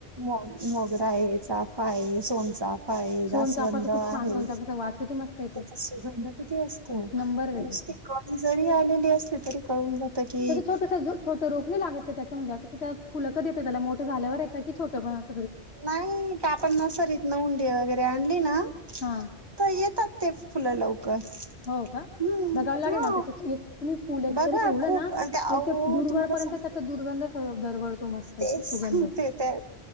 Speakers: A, on the right (about 20°); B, on the left (about 65°).
A: मो मोगरा आहे, चाफा आहे, सोनचाफा आहे, जास्वंद
B: सोनचाफा तर
A: आहे.
B: खूप छान सोनचाफाचा वास किती मस्त येतो
A: तेचा सुगंध किती असतो
B: एक नंबर आहे
A: नुसती
B: त्याचा
A: कळी जरी आलेली असली तरी कळून जात की
B: तेज छोटस छोट रोप नाही लागत का त्यांच म्हणजे आसं की त्या फुलं कधी येते त्याला मोठ झाल्यावर ये त की छोट पण आस
A: नाही का आपण सरीतन हुंडी वगैरे आणली ना
B: हां.
A: त येतात ते फुलं लव कर
B: हो का?
A: हम्
B: बघावं लागेल
A: हा
B: मला त्याचं एक तुम्ही फुल एक
A: बघा
B: जरी ठेवलं
A: खूप
B: ना,
A: आओ
B: तरी ते दूरवरपर्यंत
A: तुम्हाला सांगते
B: त्याचा दुर्गंध स दरवळतो मस्त
A: तेच
B: सु
A: सांगते
B: सुगंध.
A: ते